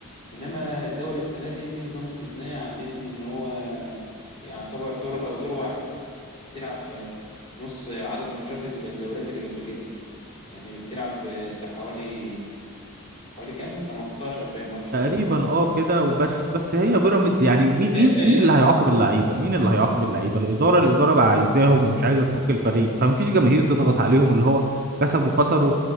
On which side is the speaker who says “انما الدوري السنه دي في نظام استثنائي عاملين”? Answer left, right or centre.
Left